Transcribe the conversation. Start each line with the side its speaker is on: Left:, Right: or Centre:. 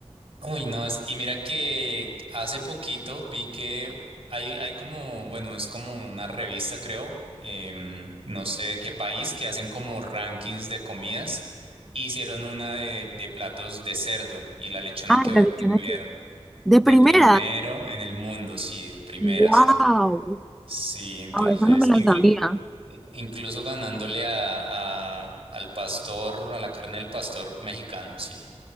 Right: Uy, no, es... Y mira que hace poquito vi que hay, hay como, bueno, es como una revista, creo, em, no sé de qué país, que hacen como rankings de comidas. Hicieron una de, de platos de cerdo y la lechona
Centre: Ah,
Right: quedó
Centre: la
Right: de
Centre: lechona
Right: primer,
Centre: que... De
Right: de
Centre: primera.
Right: primero en el mundo, sí, de primeras.
Centre: ¡Wow!
Right: Sí, entonces,
Centre: Ah, esa no me la
Right: inclu-
Centre: sabía,
Right: incluso ganándole a, a- al pastor, a la carne del pastor mexicano, sí.